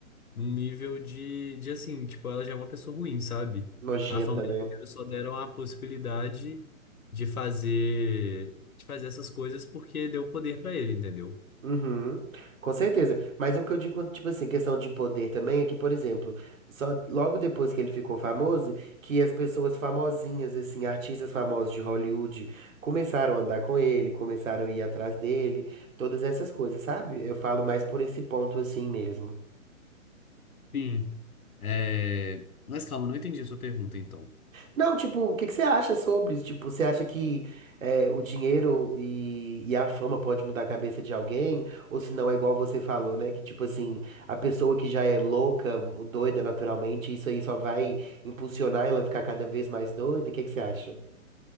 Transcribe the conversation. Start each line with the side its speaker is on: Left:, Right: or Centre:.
Left: num nível de, de assim, tipo, ela já é uma pessoa ruim, sabe?
Right: nojenta,
Left: A família
Right: né?
Left: inteira só deram a possibilidade de fazer, de fazer essas coisas porque deu poder pra ele, entendeu?
Right: Uhum, com certeza. Mas o que eu digo, tipo assim, questão de poder também é que, por exemplo, só logo depois que ele ficou famoso, que as pessoas famosinhas, assim, artistas famosos de Hollywood, começaram a andar com ele, começaram a ir atrás dele, todas essas coisas, sabe? Eu falo mais por esse ponto assim mesmo.
Left: Sim. É... Mas calma, não entendi a sua pergunta, então.
Right: Não, tipo, o que que você acha sobre isso? Tipo, você acha que é, o dinheiro e, e a fama pode mudar a cabeça de alguém? Ou se não, é igual você falou, né? Que, tipo assim, a pessoa que já é louca ou doida naturalmente, isso aí só vai impulsionar ela a ficar cada vez mais doida? O que que você acha?